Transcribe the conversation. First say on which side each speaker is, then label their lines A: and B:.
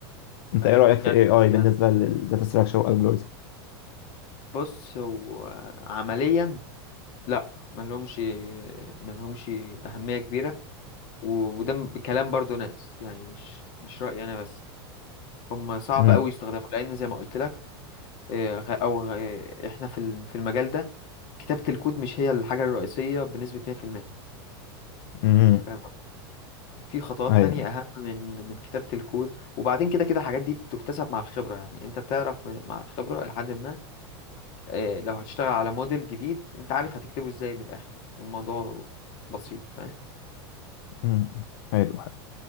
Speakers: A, on the left; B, on the left.
A: انت
B: اي
A: ايه رأيك في
B: يعني
A: الاي اي
B: يعني
A: بالنسبة للداتا ستراكشر والالجوريزم
B: بص هو عمليا لا ملهمش ملهمش أهمية كبيرة و- وده م- كلام برضو ناس يعني مش مش رأيي أنا بس هم صعب
A: امم
B: أوي يستخدموا لأن زي ما قلت لك آه، غ- أو غ- إحنا في ال- في المجال ده كتابة الكود مش هي الحاجة الرئيسية بنسبة 100%
A: امم
B: فاهم قصدي؟ في خطوات
A: ايوه
B: تانية أهم من من كتابة الكود وبعدين كده كده الحاجات دي بتكتسب مع الخبرة يعني أنت بتعرف من- مع الخبرة لحد ما آه، لو هتشتغل على موديل جديد انت عارف هتكتبه ازاي من الاخر الموضوع بسيط فاهم
A: امم حلو حلو